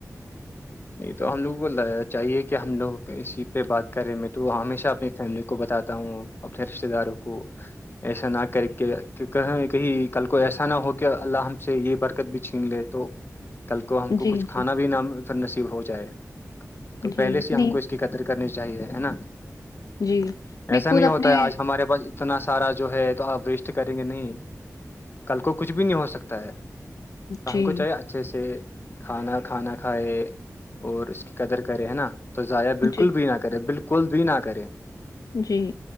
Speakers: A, on the left (about 40°); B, on the left (about 80°).
A: نہیں تو ہم لوگوں کو چاہیے کہ ہم لوگ اسسی پہ بات کریں میں تو ہمیشہ اپنی فیملی کو بتاتا ہوں اپنے رشتے داروں کو ایسا نہ کر کے کہ کہیں کل کو ایسا نہ ہو کہ اللہ ہم سے یہ بر کت بھی چھین لے تو کل کو ہم کو
B: جی
A: کچھ کھانا
B: جی
A: بھی نہ نصیب ہو جائے تو
B: جی
A: پہلے سے
B: نہیں
A: ہم کو اس کی قدر کرنی چاہیے ہے نا
B: جی میں
A: ایسا
B: خود
A: نہیں ہوتا
B: اپنے
A: ہے آج ہمارے پاس اتنا سارا جو ہے تو آپ ویسٹ کریں گے نہیں کل کو کچھ بھی نہیں ہو سکتا ہے تو
B: جی
A: ہم کو چاہیے اچھے سے کھانا کھانا کھائے اور اس کی قدر کرے ہے نا تو ضائع بالکل
B: جی
A: بھی نہ کرے بالکل بھی نہ کرے
B: جی